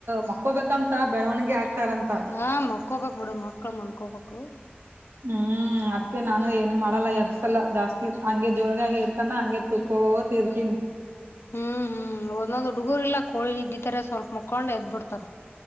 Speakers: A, on the right (about 75°); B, on the left (about 80°).
A: ಮಕ್ಕೋಬೇಕಂತ ಬೆಳವಣಿಗೆ ಆಗ್ತಾರಂತ
B: ಹಾ ಮಕೋಬೇಕಕ್ ಬಿಡ ಮಕ್ಳ ಮನ್ಕೋಬೇಕು
A: ಹ್ಮ್ ಅದ್ಕ ನಾನು ಏನು ಮಾಡಲ್ಲ ಎಬ್ಸಲ್ಲ ಜಾಸ್ತಿ ಹಂಗೆ ಜೋಳಗಾಗಿ ಇರ್ತಾನ ಹಂಗೆ ತುಕೋ ತೀರ್ತಿನು
B: ಹ್ಮ್ ಹ್ಮ್ ಒಂದೊಂದ್ ಹುಡುಗೂರ್ ಇಲ್ಲ ಕೋಳಿ ನಿದಿತಾರೆ ಸ್ವಲ್ಪ ಮುಕ್ಕೊಂಡ್ ಎದ್ ಬಿಡ್ತಾರ